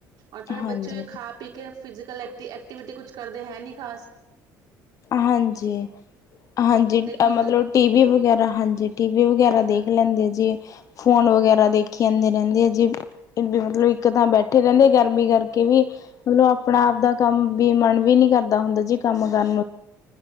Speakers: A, on the right; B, on the left.
A: ਅਤੇ ਫਿਰ
B: ਹਾਂਜੀ
A: ਬੱਚੇ ਖਾ-ਪੀ ਕੇ ਕੋਈ ਫਿਜ਼ੀਕਲ ਐਕਟੀਵਿਟੀ ਵੀ ਨਹੀਂ ਕਰਦੇ। ਕਰਦੇ ਨਹੀਂ ਹਨ ਜੀ, ਖ਼ਾਸ ਕਰਕੇ।
B: ਹਾਂਜੀ! ਹਾਂਜੀ!
A: ਕਿ ਹੁਣ
B: ਮਤਲਬ ਟੀਵੀ ਵਗੈਰਾ ਹਾਂਜੀ
A: ਹਾਂ
B: ਦੇਖ ਲੈਂਦੇ ਹਨ ਜੀ। ਫੋਨ ਵਗੈਰਾ ਵੀ ਦੇਖਦੇ ਰਹਿੰਦੇ ਹਨ ਜੀ। ਇਕ ਥਾਂ ਬੈਠੇਂ ਰਹਿੰਦੇ ਗਰਮੀ ਕਰਕੇ ਹੀ ਮਤਲਬ ਆਪਣਾ ਕੰਮ ਕਰਨ ਨੂੰ ਵੀ ਮਨ ਨਹੀਂ ਕਰਦਾ ਹੁੰਦਾ ਜੀ। ਇੱਕ ਵਾਰ ਤਾਂ ਗੱਲ